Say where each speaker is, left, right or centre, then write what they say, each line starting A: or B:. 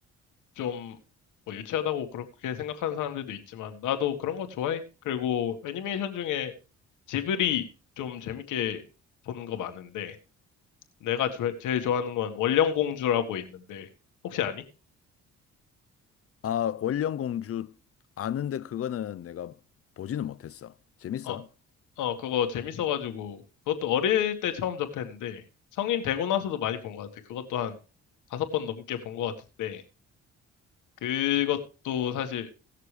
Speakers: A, on the left; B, on the left.
A: 좀 뭐 유치하다고 그렇게 생각하는 사람들도 있지만 나도 그런 거 좋아해. 그리고 애니메이션 중에 지브리 좀 재밌게 보는 거 많은데 내가 조- 제일 좋아하는 건 원령공주라고 있는데 혹시 아니?
B: 아, 월령공주 아는데 그거는 내가 보지는 못했어. 재밌어?
A: 어, 어, 그거 재밌어가지고 그것도 어릴 때 처음 접했는데 성인 되고 나서도 많이 본 것 같아. 그것도 한 다섯 번 넘게 본 것 같은데 그것도 사실